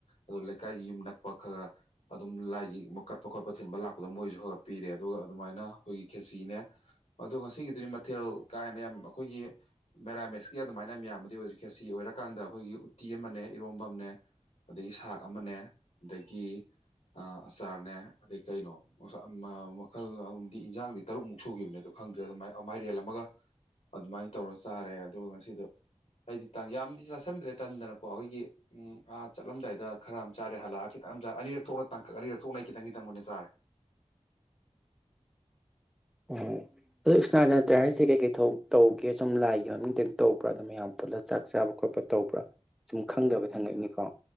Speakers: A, on the left; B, in the centre.
A: ꯑꯗꯣ ꯂꯩꯀꯥꯏꯒꯤ ꯌꯨꯝ ꯅꯛꯄ ꯈꯔ ꯑꯗꯨꯝ ꯂꯥꯏꯒꯤ ꯀꯠꯄ ꯈꯣꯠꯄ ꯊꯤꯟꯕ ꯂꯥꯛꯄꯗ ꯃꯣꯏꯁꯨ ꯈꯔ ꯄꯤꯔꯦ ꯑꯗꯨꯒ ꯑꯗꯨꯃꯥꯏꯅ ꯑꯩꯈꯣꯏꯒꯤ ꯈꯦꯆꯤꯅꯦ ꯑꯗꯣ ꯉꯁꯤꯒꯤꯗꯨꯗꯤ ꯃꯊꯦꯜ ꯀꯥ ꯍꯦꯅ ꯌꯥꯝ ꯑꯩꯈꯣꯏꯒꯤ ꯃꯦꯔꯥꯃꯦꯁꯀꯤ ꯑꯗꯨꯃꯥꯏꯅ ꯃꯌꯥꯝ ꯌꯥꯝꯕꯗꯤ ꯑꯣꯏꯗ꯭ꯔꯦ ꯈꯦꯆꯤ ꯑꯣꯏꯔꯀꯥꯟꯗ ꯑꯩꯈꯣꯏꯒꯤ ꯎ ꯎꯇꯤ ꯑꯃꯅꯦ ꯏꯔꯣꯝꯕ ꯑꯃꯅꯦ ꯑꯗꯒꯤ ꯁꯥꯛ ꯑꯃꯅꯦ ꯑꯗꯒꯤ ꯑ ꯑꯆꯥꯥꯔꯅꯦ ꯑꯗꯩ ꯀꯩꯅꯣ ꯃꯈꯜꯗꯤ ꯏꯟꯖꯥꯡꯗꯤ ꯇꯔꯨꯛꯃꯨꯛ ꯁꯨꯈꯤꯕꯅꯦ ꯑꯗꯣ ꯈꯪꯗ꯭ꯔꯦ ꯑꯗꯨꯏ ꯃꯥꯏꯔꯦꯜ ꯑꯃꯒ ꯑꯗꯨꯃꯥꯏꯅ ꯇꯧꯔ ꯆꯥꯔꯦ ꯑꯗꯨꯒ ꯉꯁꯤꯗꯣ ꯑꯩꯗꯤ ꯇꯥꯡ ꯌꯥꯝꯗꯤ ꯆꯥꯥꯁꯟꯗ꯭ꯔꯦ ꯇꯟꯗꯅꯀꯣ ꯑꯩꯈꯣꯏꯒꯤ ꯎꯝ ꯑꯥ ꯆꯠꯂꯝꯗꯥꯏꯗ ꯈꯔ ꯑꯃ ꯆꯥꯔꯦ ꯍꯜꯂꯛꯑꯒ ꯈꯤꯇꯪ ꯑꯅꯤꯔꯛ ꯊꯣꯛꯅ ꯇꯥꯡꯀꯛ ꯑꯅꯤꯔꯛ ꯊꯣꯛꯅ ꯈꯤꯇꯪ ꯈꯤꯇꯪ ꯑꯣꯏꯅ ꯆꯥꯔꯦ
B: ꯑꯣ ꯑꯗꯣ ꯏꯁꯅꯥꯗ ꯅꯠꯇ꯭ꯔꯦ ꯍꯥꯏꯔꯤꯁꯦ ꯀꯩꯀꯩ ꯊ ꯇꯧꯒꯦ ꯁꯨꯝ ꯂꯥꯏꯒ ꯃꯃꯤꯡꯇ ꯇꯧꯕ꯭ꯔꯥ ꯑꯗꯨꯝ ꯃꯌꯥꯝ ꯄꯨꯂ ꯆꯥꯛ ꯆꯥꯕ ꯈꯣꯠꯄ ꯇꯧꯕ꯭ꯔꯥ ꯁꯨꯝ ꯈꯪꯗꯕꯗ ꯍꯪꯉꯛꯅꯤꯀꯣ